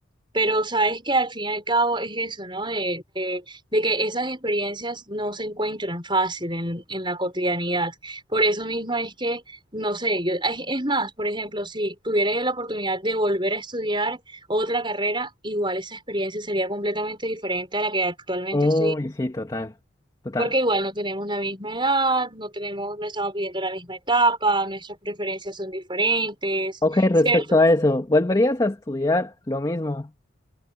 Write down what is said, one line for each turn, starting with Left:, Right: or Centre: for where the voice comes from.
Right: Pero sabes que al fin y al cabo es eso, ¿no? De, de- de que esas experiencias no se encuentran fácil en, en la cotidianidad. Por eso mismo es que, no sé, yo, ay, es más, por ejemplo, si tuviera yo la oportunidad de volver a estudiar otra carrera, igual esa experiencia sería completamente diferente a la que actualmente
Left: Uy,
Right: estoy,
Left: sí, total, total.
Right: porque igual no tenemos la misma edad, no tenemos, no estamos viviendo la misma etapa, nuestras preferencias son diferentes,
Left: Ok, respecto
Right: ¿cierto?
Left: a eso, ¿volverías a estudiar lo mismo?